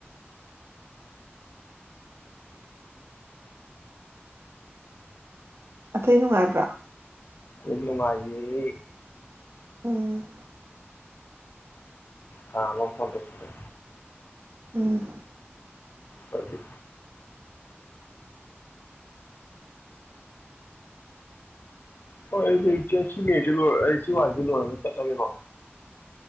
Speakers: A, on the right; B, on the left.
A: ꯑꯇꯩ ꯅꯨꯡꯉꯥꯏꯕ꯭ꯔꯥ
B: ꯂꯣꯏ ꯅꯨꯡꯉꯥꯏꯦꯌꯦ
A: ꯎꯝ
B: ꯀꯅꯥꯅꯣꯝ ꯐꯣꯟꯇꯧꯁꯤꯜꯂꯦ
A: ꯎꯝ
B: ꯐ ꯍꯣꯏ ꯑꯩꯪꯁꯤ ꯆꯦ ꯁꯤ ꯋꯥꯖꯦ ꯂꯣꯏꯔꯒ ꯆꯠꯂꯒꯦꯀꯣ